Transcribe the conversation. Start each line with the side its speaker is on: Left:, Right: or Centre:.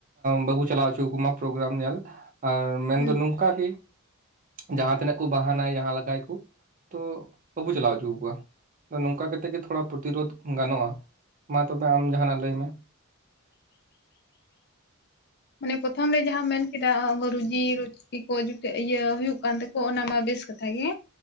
Right: ᱵᱟᱵᱚ ᱪᱟᱞᱟᱣ ᱦᱚᱪᱚ ᱟᱠ ᱠᱚᱢᱟᱟ ᱯᱨᱳᱜᱨᱟᱢ ᱧᱮᱞ ᱟᱨ ᱢᱮᱱᱫᱚ
Left: ᱦᱮᱸ
Right: ᱱᱚᱝᱠᱟᱜᱮ ᱡᱟᱦᱟᱸᱛᱤᱱᱟᱹᱜ ᱠᱚ ᱵᱟᱦᱟᱱᱟ ᱡᱟᱦᱟᱸ ᱞᱟᱜᱟᱭ ᱠᱚ ᱛᱚ ᱵᱟᱵᱩ ᱪᱟᱞᱟᱣ ᱦᱚᱪᱚ ᱟᱠ ᱠᱚᱣᱟ ᱟᱫᱚ ᱱᱚᱝᱠᱟ ᱠᱟᱛᱮᱜ ᱜᱮ ᱛᱷᱚᱲᱟ ᱯᱨᱚᱛᱤᱨᱳᱫᱷ ᱜᱟᱱᱚᱜᱼᱟ ᱢᱟ ᱛᱚᱵᱮ ᱟᱢ ᱡᱟᱦᱱᱟᱜ ᱞᱟᱹᱭ ᱢᱮ
Left: ᱢᱟᱱᱮ ᱯᱨᱚᱛᱷᱚᱢ ᱨᱮ ᱡᱟᱦᱟᱸᱟᱢ ᱢᱮᱱᱠᱮᱫᱟ ᱨᱩᱡᱤ ᱨ ᱪᱠᱤ ᱠᱚ ᱡᱩᱛᱟᱹ ᱤᱭᱟᱹ ᱦᱩᱭᱩᱜ ᱠᱟᱱ ᱛᱟᱠᱚ ᱚᱱᱟ ᱢᱟ ᱵᱮᱥ ᱠᱟᱛᱷᱟ ᱜᱮ